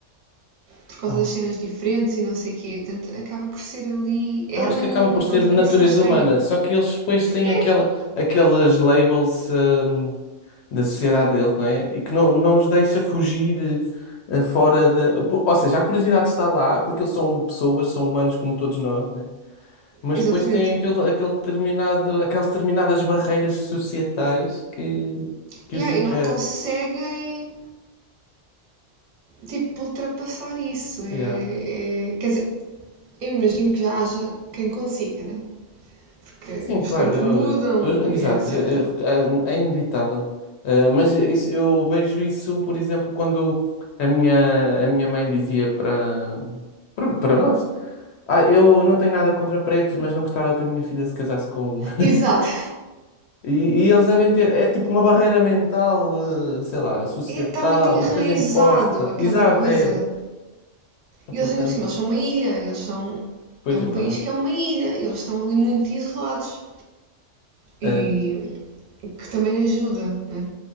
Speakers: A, on the right; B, on the left.
A: por causa
B: Oh,
A: das cenas diferentes e não sei o quê. Portanto, acaba por ser ali. É
B: acho
A: ali
B: que
A: uma
B: acaba por
A: contradição
B: ser natureza
A: estranha.
B: humana, só que eles depois têm
A: É,
B: aquela, aqueles labels, hum, da sociedade deles, não é? E que não, não os deixa fugir eh, fora da. Ou seja, a curiosidade está lá, porque eles são pessoas, são humanos como todos nós, não é? Mas
A: exatamente.
B: depois têm aquele, aquele determinado, aquelas determinadas barreiras societais que, que
A: Yeah,
B: os impedem.
A: e não conseguem tipo, ultrapassar isso. É,
B: Yeah.
A: é- quer dizer, eu imagino que já haja quem consiga, né? Porque
B: Sim,
A: os
B: claro,
A: tempos
B: eu,
A: mudam
B: eu- exato,
A: e etc.
B: eu- eu- é é inevitável. Eh, mas isso- eu vejo isso, por exemplo, quando a minha, a minha mãe dizia para, para, para nós: Ah, eu não tenho nada contra pretos, mas não gostava que a minha filha se casasse com um. <laughs>
A: Exato.
B: E, e eles devem ter, é tipo uma barreira mental, eh, sei lá, societal,
A: Está muito enraizado
B: uma coisa imposta.
A: aquela
B: Exato,
A: coisa.
B: é.
A: E
B: Portanto,
A: eles ainda por cima, eles são uma ilha, eles são.
B: pois
A: É um
B: é verdade.
A: país que é uma ilha, eles estão ali muito isolados. E
B: Eh,
A: que também ajuda, né?